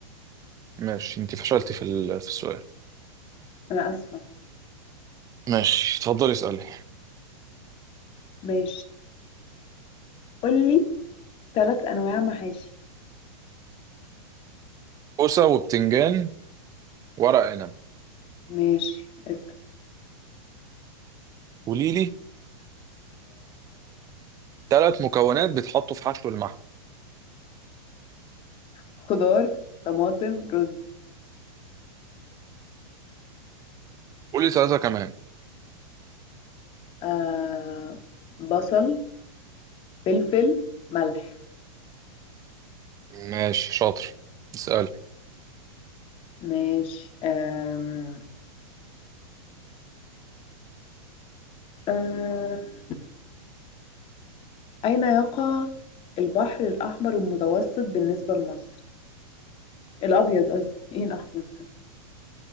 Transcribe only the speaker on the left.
انا اسفة
ماشي قولي ثلاث انواع محاشي
ماشي اسأل
خضار طماطم رز
آه... بصل فلفل ملح
ماشي أم... أم... أين يقع البحر الأحمر المتوسط بالنسبة لمصر؟ الأبيض قصدي <laughs> إيه الأحمر؟